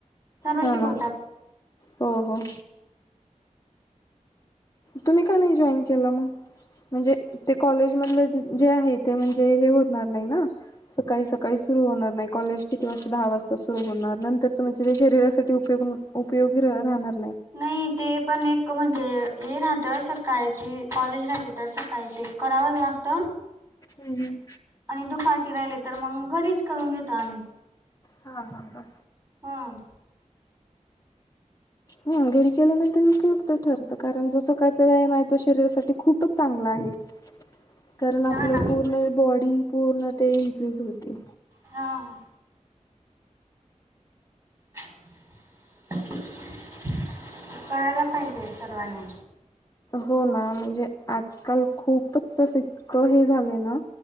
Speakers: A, on the right; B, on the left.
A: सर्व
B: हा
A: शिकवतात
B: ना, हो, हो. तुम्ही का नाही जॉईन केलं मग? म्हणजे ते कॉलेज मधले जे आहे ते, म्हणजे हे होणार नाही ना. सकाळी सकाळी सुरू होणार नाही. कॉलेज किती वाजता? दहा वाजता सुरू होणार. नंतरच म्हणजे ते शरीरासाठी उपयोग उपयोगी राहणार
A: नाही ते पण एक म्हणजे, हे राहत सकाळची कॉलेज झाले तर सकाळी ते करावं लागत
B: हम्म हम्म
A: आणि दुपारची राहिले तर मग, घरीच करून घेतो आम्ही.
B: हा, हा, हा.
A: हां.
B: हा घरी केल्यानंतर उपयुक्त ठरत कारण, जो सकाळचा व्यायाम आहे तो शरीरासाठी खूपच चांगला आहे. कारण
A: हा
B: आपलं
A: ना
B: पूर्ण बॉडी, पूर्ण ते इनक्रीज होती.
A: हा <unintelligible> करायला पाहिजे सर्वांनी.
B: हो ना, म्हणजे, आजकाल खूपच अस इतकं हे झालंय ना.